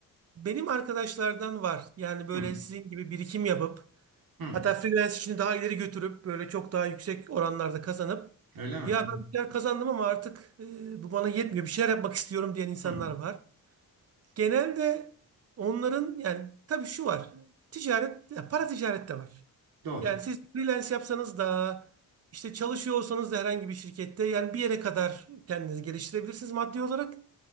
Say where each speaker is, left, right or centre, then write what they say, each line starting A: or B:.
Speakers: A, on the right; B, on the right.
A: benim arkadaşlardan var. Yani böyle
B: Hı,
A: sizin gibi birikim yapıp
B: hı.
A: Hatta freelance işini daha ileri götürüp böyle çok daha yüksek oranlarda kazanıp
B: Öyle mi?
A: ya ben bir şeyler kazandım ama artık e, bu bana yetmiyor bir şeyler yapmak istiyorum diyen insanlar
B: Hı. hı.
A: var. Genelde onların yani tabii şu var ticaret ya para ticaret de var.
B: Doğru.
A: Yani siz freelance yapsanız da işte çalışıyor olsanız da herhangi bir şirkette yani bir yere kadar kendinizi geliştirebilirsiniz maddi olarak.